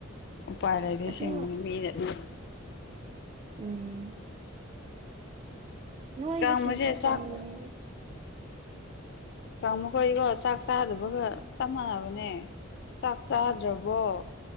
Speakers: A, on the left; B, on the right.
A: ꯎꯄꯥꯏ ꯂꯩꯇꯦ
B: ꯑꯗꯣ
A: ꯑꯁꯪꯡꯕꯒꯤ ꯃꯤꯅꯗꯤ
B: ꯎꯝ ꯅꯣꯏꯕꯁꯤꯡꯁꯨ
A: ꯀꯥꯡꯕꯁꯦ ꯆꯥꯛ
B: ꯀꯪꯅꯤꯡꯏ
A: ꯀꯪꯕꯥꯈꯣꯏꯀꯣ ꯆꯥꯛ ꯆꯥꯗꯕꯒ ꯆꯞ ꯃꯥꯟꯅꯕꯅꯦ ꯆꯥꯛ ꯆꯥꯗ꯭ꯔꯕꯔꯣ